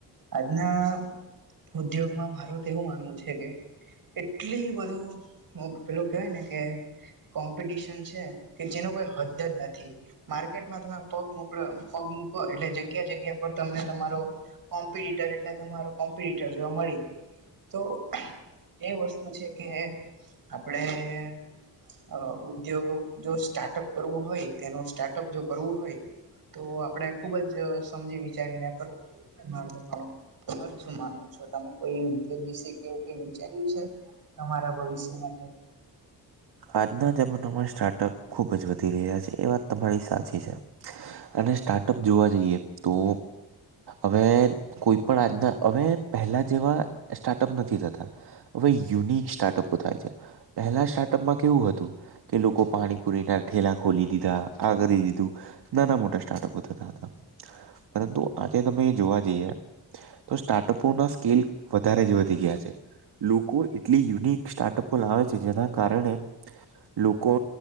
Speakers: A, on the right; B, on the right.
A: આજના ઉદ્યોગમાં મારું તો એવું માનવું છે કે એટલી બધું પેલું કેહેવાય ને કે કોમ્પિટિશન છે કે જેનું કોઈ હદજ નથી. માર્કેટમાં તમે પગ મોકલો પગ મૂકો એટલે જગ્યા જગ્યા પર તમને તમારો કોમ્પિટટર એટલે તમારો કોમ્પિટટર જોવા મળી જ તો એ વસ્તુ છે કે આપણે અ ઉદ્યોગ જો સ્ટાર્ટઅપ કરવું હોય તેનું સ્ટાર્ટઅપ જો કરવું હોય. તો આપડે ખુબજ સમજી વિચારીને કરવું જોઈએ એટલા માટે શું માનવો છો તમે કોઈ ઉદ્યોગ વિશે કેવું કઈ વિચાર્યું છે તમારા ભવિષ્ય માટે.
B: આજના જમાનામાં સ્ટાર્ટઅપ ખુબજ વધી રહ્યા છે એ વાત તમારી સાચી છે. અને સ્ટાર્ટઅપ જોવા જઈએ તો હવે કોઈ પણ આજના હવે પહેલા જેવા સ્ટાર્ટઅપ નથી થતા. હવે યુનિક સ્ટાર્ટઅપો થાય છે પહેલા સ્ટાર્ટઅપમાં કેવું હતું. કે લોકો પાણીપુરી ના ઠેલા ખોલી દીધા આ કરી દીધું. નાના મોટા સ્ટાર્ટઅપ થતા હતા પરંતુ આજે તમે જોવા જઈએ. તો સ્ટાર્ટઅપો ના સ્કેલ વધારેજ વધી ગયા છે. લોકો એટલી યુનિક સ્ટાર્ટઅપો લાવે છે જેના. કારણે લોકો